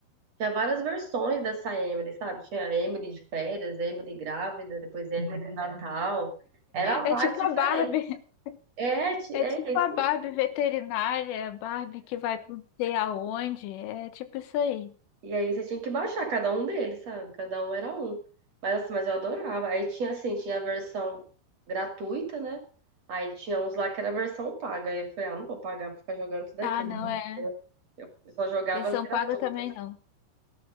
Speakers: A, on the right; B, on the left.
A: tinha várias versões dessa Emily, sabe? Tinha Emily de férias, Emily grávida, depois Emily de Natal. Era
B: É
A: vários
B: tipo
A: diferentes.
B: a Barbie. <laughs>
A: É, ti-
B: É
A: é
B: tipo
A: isso
B: a
A: mesmo.
B: Barbie veterinária, a Barbie que vai pra não sei aonde. É tipo isso aí.
A: E aí você tinha que baixar cada um deles, sabe? Cada um era um. Mas assim, mas eu adorava. Aí tinha assim, tinha a versão gratuita, né? Aí tinha uns lá que era a versão paga. Aí eu falei, ah, não vou pagar pra ficar jogando isso daqui,
B: Ah,
A: né?
B: não, é.
A: Eu, eu só jogava
B: Versão
A: as gratuitas.
B: paga também não.